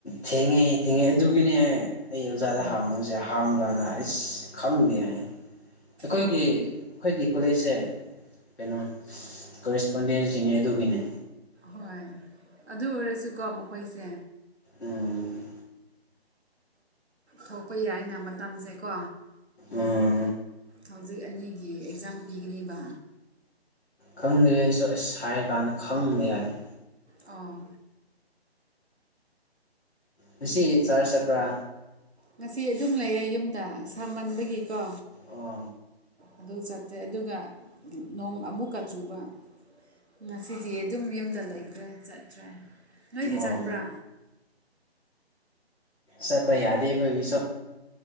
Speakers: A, on the left; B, on the right.
A: ꯊꯦꯡꯉꯦ ꯊꯦꯡꯉꯦ ꯑꯗꯨꯒꯤꯅꯦ ꯑꯩ ꯑꯣꯖꯥꯗ
B: ꯎꯝ
A: ꯍꯥꯉꯨꯁꯦ ꯍꯪꯀꯥꯟꯗ ꯑꯩꯁ ꯈꯪꯗꯦ ꯍꯥꯏ ꯑꯩꯈꯣꯏꯒꯤ
B: ꯑꯣ
A: ꯑꯩꯈꯣꯏꯒꯤ ꯀꯣꯂꯦꯖꯁꯦ ꯀꯩꯅꯣ ꯀꯣꯔꯦꯁꯄꯣꯟꯗꯦꯟꯁꯀꯤꯅꯦ ꯑꯗꯨꯒꯤꯅꯦ
B: ꯍꯣꯏ ꯑꯗꯨ ꯑꯣꯏꯔꯁꯨꯀꯣ ꯃꯈꯣꯏꯁꯦ
A: ꯎꯝ
B: ꯊꯣꯛꯄ ꯌꯥꯏꯅ ꯃꯇꯝꯁꯦ ꯀꯣ
A: ꯎꯝ
B: ꯍꯧꯖꯤꯛ ꯑꯅꯤꯒꯤ ꯑꯦꯛꯖꯥꯝ ꯄꯤꯒꯅꯦꯕ
A: ꯈꯪꯗ꯭ꯔꯦꯁꯨ ꯑꯁ ꯍꯥꯏꯔ ꯀꯥꯟꯗ ꯈꯪꯗꯦ ꯍꯥꯏꯅ
B: ꯑꯣ
A: ꯉꯁꯤ ꯆꯔꯆ ꯆꯠꯄ꯭ꯔꯥ
B: ꯉꯁꯤ ꯑꯗꯨꯝ ꯂꯩꯌꯦ ꯌꯨꯝꯗ ꯁꯥꯃꯟꯕꯒꯤꯀꯣ
A: ꯑꯣ
B: ꯑꯗꯨ ꯆꯠꯇꯔꯦ ꯑꯗꯨꯒ ꯅꯣꯡ ꯑꯃꯨꯛꯀ ꯆꯨꯕ ꯉꯁꯤꯗꯤ ꯑꯗꯨꯝ ꯌꯨꯝꯗ ꯂꯩꯈ꯭ꯔꯦ ꯆꯠꯇ꯭ꯔꯦ ꯅꯣꯏꯗꯤ
A: ꯑꯣ
B: ꯆꯠꯄ꯭ꯔꯥ
A: ꯆꯠꯄ ꯌꯥꯗꯦ ꯑꯩꯈꯣꯏꯒꯤ ꯁꯨ